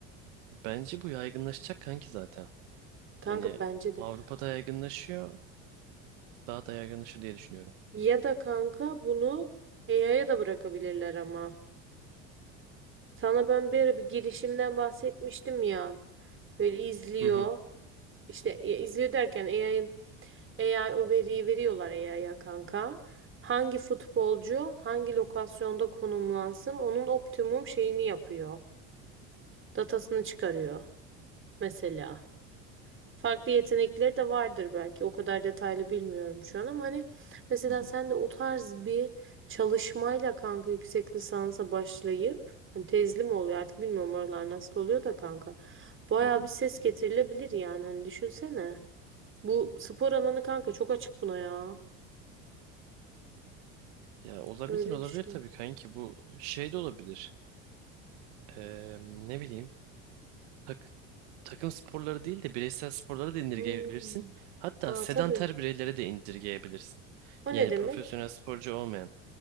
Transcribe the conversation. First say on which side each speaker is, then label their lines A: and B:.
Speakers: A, on the right; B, on the right.
A: bence bu yaygınlaşacak kanki zaten.
B: Kanka
A: Hani
B: bence de.
A: Avrupa'da yaygınlaşıyor. Daha da yaygınlaşır diye düşünüyorum.
B: Ya da kanka bunu AI'ya da bırakabilirler ama. Sana ben bir ara bir girişimden bahsetmiştim ya. Böyle izliyor.
A: Hı hı.
B: İşte ya izliyor derken AI'ın AI o veriyi veriyorlar AI'ya kanka. Hangi futbolcu hangi lokasyonda konumlansın onun optimum şeyini yapıyor. Datasını çıkarıyor mesela. Farklı yetenekleri de vardır belki. O kadar detaylı bilmiyorum şu an ama hani mesela
A: Hı hı.
B: sen de o tarz bir çalışmayla kanka yüksek lisansa başlayıp hani tezli mi oluyor artık bilmiyorum oralar nasıl oluyor da kanka. Bayağı
A: Hı hı.
B: bir ses getirilebilir yani hani düşünsene. Bu spor alanı kanka çok açık buna ya.
A: Ya olabilir
B: Öyle
A: olabilir
B: düşünüyorum.
A: tabii kanki bu şey de olabilir. Ee, ne bileyim tak, takım sporları değil de bireysel sporlara da indirgeyebilirsin.
B: Hmm.
A: Hatta
B: Aa
A: sedanter
B: tabii.
A: bireylere de indirgeyebilirsin.
B: O
A: Yani
B: ne demek?
A: profesyonel sporcu olmayan.